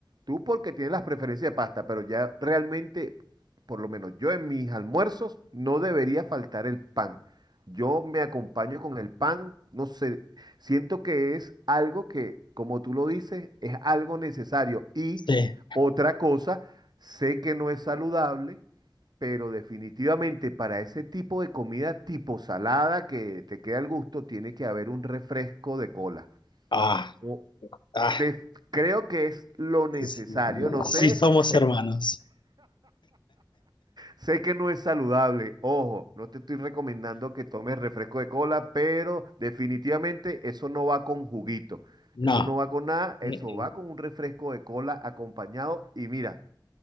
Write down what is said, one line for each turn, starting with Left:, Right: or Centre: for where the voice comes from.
Right: Tú porque tienes las preferencias de pasta, pero ya realmente, por lo menos yo en mis almuerzos, no debería faltar el pan. Yo me acompaño con el pan, no sé, siento que es algo que, como tú lo dices, es algo necesario. Y
Left: sí.
Right: otra cosa, sé que no es saludable, pero definitivamente para ese tipo de comida tipo salada que te queda al gusto, tiene que haber un refresco de cola.
Left: Ah,
Right: O-
Left: ah.
Right: de- creo que es lo necesario.
Left: Sí, sí.
Right: No sé,
Left: Sí somos
Right: eh,
Left: hermanos.
Right: sé que no es saludable. Ojo, no te estoy recomendando que tomes refresco de cola, pero definitivamente eso no va con juguito.
Left: No,
Right: Eso no va con nada,
Left: mm,
Right: eso
Left: mm.
Right: va con un refresco de cola acompañado y mira,